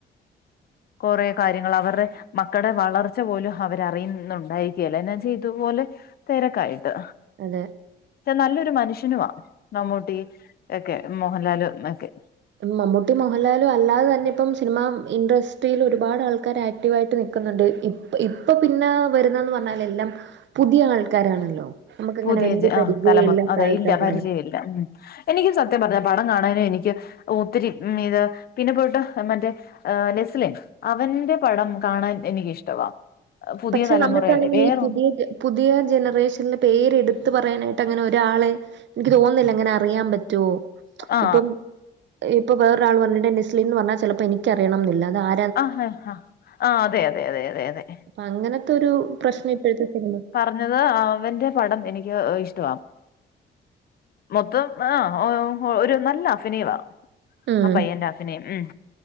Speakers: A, on the left (about 50°); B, on the right (about 65°).
A: കൊറ കാര്യങ്ങൾ അവറെ മക്കടെ വളർച്ച പോലും അവരറിയുന്നുണ്ടായിരിക്കുകയല്ല എന്നാച്ച ഇതുപോലെ തിരക്കായിട്ട്
B: ഉം
A: പക്ഷെ നല്ലൊരു മനുഷ്യനുമാ ആഹ് മമ്മൂട്ടി ഒക്കെ മോഹൻലാലുമൊക്കെ
B: മമ്മൂട്ടി മോഹൻലാലും അല്ലാതെ തന്നെ ഇപ്പം സിനിമ ഇൻഡസ്ട്രിയിൽ ഒരുപാട് ആൾക്കാർ ആക്ട്- വായിട്ട് നിക്കുന്നുണ്ട് ഇ ഇപ്പൊ പിന്നെ വരുന്നന്ന് പറഞ്ഞാൽ എല്ലാം പുതിയ ആൾക്കാരാണല്ലോ നമുക്കങ്ങനെ
A: പുതിയ
B: വലിയ പരിചയം
A: ആഹ് തലമുറ
B: ഇല്ലാത്ത
A: അതെ
B: ആൾക്കാരാണ്
A: ഇല്ല പരിചയല്ല എനിക്കും സത്യം പറഞ്ഞ പടം കാണാനും എനിക്ക് ഒത്തിരി ഉം ഇത് പിന്നെ പോയിട്ട് മറ്റേ ആഹ് നെസ്ലിൻ അവന്റെ പടം കാണാൻ എനിക്കിഷ്ടവാ പുതിയ
B: പക്ഷെ
A: തലമുറയല്ലേ
B: നമ്മുക്കാണെങ്കിൽ
A: വേറൊ
B: ഈ പുതിയ പുതിയ ജനറേഷനിൽ പേരെടുത്ത് പറയാനായിട്ട് അങ്ങനെ ഒരാളെ എനിക്ക് തോന്നില്ല എങ്ങനെ അറിയാൻ പറ്റുവോ
A: ആ
B: ഇപ്പം ഇപ്പൊ വേറൊരാൾ പറഞ്ഞിട്ട് നെസ്ലിന്ന് പറഞ്ഞാൽ ചെലപ്പോ എനിക്കറിയണന്നില്ല അത് ആ
A: ആഹ് ആഹ് അതെ അതെ അതെ അതെ അതെ
B: അപ്പ അങ്ങനത്തെ ഒരു പ്രശ്നം ഇപ്പോഴത്തെ സിനിമ
A: അതായതു അവന്റെ പടം എനിക്ക് ഇഷ്ടവാ മൊത്തം ആഹ് ഒരു നല്ല അഭിനയവാ
B: ഉം
A: ആ പയ്യൻന്റെ അഭിനയം ഉം